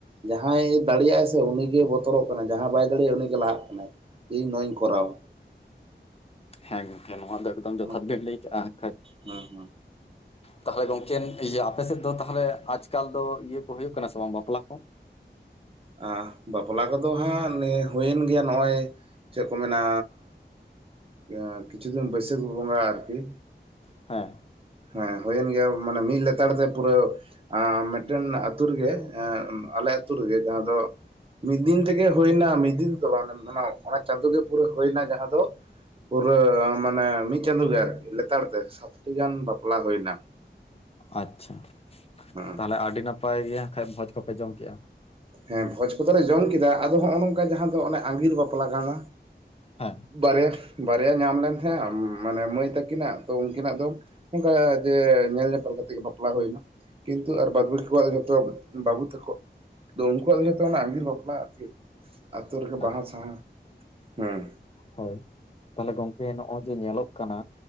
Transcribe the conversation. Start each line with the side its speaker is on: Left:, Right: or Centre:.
Right: ᱡᱟᱦᱟᱸᱭ ᱫᱟᱲᱮᱭᱟᱜ-ᱟᱭ ᱥᱮ ᱩᱱᱤ ᱜᱮ ᱵᱚᱛᱚᱨᱚᱜ ᱠᱟᱱᱟ, ᱡᱟᱦᱟᱸᱭ ᱵᱟᱭ ᱫᱟᱲᱮᱭᱟᱜ-ᱟ ᱩᱱᱤᱜᱮ ᱞᱟᱦᱟᱜ ᱠᱟᱱᱟᱭ᱾ ᱤᱧ ᱱᱚᱣᱟᱧ ᱠᱚᱨᱟᱣᱟ᱾
Left: ᱦᱮᱸ ᱜᱚᱝᱠᱮ ᱱᱚᱣᱟ ᱫᱚ ᱮᱠᱫᱚᱢ
Right: ᱦᱩᱸ
Left: ᱡᱚᱛᱷᱟᱛ ᱵᱮᱱ ᱞᱟᱹᱭ ᱠᱟᱜ-ᱟ ᱦᱟᱸᱜ ᱠᱷᱟᱡ᱾
Right: ᱦᱩᱸ
Left: ᱛᱟᱦᱚᱞᱮ ᱜᱚᱝᱠᱮᱱ ᱤᱭᱟᱹ ᱟᱯᱮ ᱥᱮᱫ ᱫᱚ ᱛᱟᱦᱚᱞᱮ ᱟᱡ ᱠᱟᱞ ᱫᱚ ᱤᱭᱟᱹ ᱠᱚ ᱦᱩᱭᱩᱜ ᱠᱟᱱᱟ ᱥᱮ ᱵᱟᱝ ᱵᱟᱯᱞᱟ ᱠᱚ?
Right: ᱮᱸ, ᱵᱟᱯᱞᱟ ᱠᱚᱫᱚ ᱦᱟᱸᱜ ᱱᱤᱭᱟᱹ ᱦᱩᱭᱮᱱ ᱜᱮᱭᱟ ᱱᱚᱜ-ᱚᱭ ᱪᱮᱜ ᱠᱚ ᱢᱮᱱᱟ, ᱮᱸ ᱠᱤᱪᱷᱩ ᱫᱤᱱ ᱵᱟᱹᱭᱥᱟᱹᱠᱷ ᱵᱚᱸᱜᱟ ᱟᱨᱠᱤ,
Left: ᱦᱮᱸ᱾
Right: ᱦᱮᱸ ᱦᱩᱭᱮᱱ ᱜᱮᱭᱟ ᱢᱟᱱᱮ ᱢᱤᱜ ᱞᱮᱛᱟᱲ ᱛᱮ ᱯᱩᱨᱟᱹ ᱟ ᱢᱮᱜᱴᱮᱱ ᱟᱹᱛᱩ ᱨᱮᱜᱮ, ᱮᱸᱜ ᱟᱞᱮ ᱟᱹᱛᱩ ᱨᱮᱜᱮ ᱡᱟᱦᱟᱸ ᱫᱚ ᱢᱤᱫ ᱫᱤᱱ ᱛᱮᱜᱮ ᱦᱩᱭᱱᱟ, ᱢᱤᱫ ᱫᱤᱱ ᱛᱮᱫᱚ ᱵᱟᱝ ᱚᱱᱟ ᱚᱱᱟ ᱪᱟᱸᱫᱳ ᱜᱮ ᱯᱩᱨᱟᱹ ᱦᱳᱭᱱᱟ ᱡᱟᱦᱟᱸ ᱫᱚ ᱯᱩᱨᱟᱹ ᱢᱟᱱᱮ ᱢᱤᱜ ᱪᱟᱸᱫᱳ ᱜᱮ ᱟᱨᱠᱤ ᱞᱮᱛᱟᱲ ᱛᱮ ᱥᱟᱛᱴᱤ ᱜᱟᱱ ᱵᱟᱯᱞᱟ ᱦᱩᱭᱱᱟ᱾
Left: ᱟᱪᱪᱷᱟ,
Right: ᱦᱮᱸ
Left: ᱛᱟᱦᱞᱮ ᱟᱹᱰᱤ ᱱᱟᱯᱟᱭ ᱜᱮ ᱦᱟᱸᱜ ᱠᱷᱟᱡ ᱵᱷᱚᱡᱽ ᱠᱚᱯᱮ ᱡᱚᱢ ᱠᱮᱜ-ᱟ᱾
Right: ᱦᱮᱸ ᱵᱷᱚᱡᱽ ᱠᱚᱫᱚᱞᱮ ᱡᱚᱢ ᱠᱮᱫᱟ ᱟᱫᱚ ᱱᱚᱜᱼᱚ ᱱᱚᱝᱠᱟ ᱡᱟᱦᱟᱸ ᱫᱚ ᱚᱱᱮ ᱟᱸᱜᱤᱨ ᱵᱟᱯᱞᱟ ᱠᱟᱱᱟ᱾
Left: ᱦᱮᱸ
Right: ᱵᱟᱨᱭᱟ, ᱵᱟᱨᱭᱟ ᱧᱟᱢ ᱞᱮᱱ ᱛᱟᱦᱮᱸᱜ ᱢᱟᱱᱮ ᱢᱟᱹᱭ ᱛᱟᱹᱠᱤᱱᱟᱜ ᱛᱚ, ᱩᱝᱠᱤᱱᱟᱜ ᱫᱚ ᱚᱝᱠᱟ ᱡᱮ ᱧᱮᱞ ᱧᱮᱯᱮᱞ ᱠᱟᱛᱮᱜ ᱜᱮ ᱵᱟᱯᱞᱟ ᱦᱩᱭᱱᱟ᱾ ᱠᱤᱱᱛᱩ ᱟᱨ ᱵᱟᱫ ᱵᱟᱹᱠᱤ ᱠᱚᱣᱟᱜ ᱫᱚ ᱡᱷᱚᱛᱚ ᱵᱟᱹᱵᱩ ᱛᱟᱠᱚ ᱟᱫᱚ ᱩᱝᱠᱩᱣᱟᱜ ᱫᱚ ᱡᱷᱚᱛᱚ ᱚᱱᱟ ᱟᱹᱝᱜᱤᱨ ᱵᱟᱯᱞᱟ ᱟᱨᱠᱤ ᱟᱛᱩ ᱨᱮᱜᱮ
Left: ᱟᱪᱪᱷᱟ
Right: ᱵᱟᱦᱟ ᱥᱟᱶᱦᱟ ᱦᱩᱸ᱾
Left: ᱦᱳᱭ ᱛᱟᱦᱞᱮ ᱜᱚᱝᱠᱮ ᱱᱚᱜ-ᱚᱭ ᱡᱮ ᱧᱮᱞᱚᱜ ᱠᱟᱱᱟ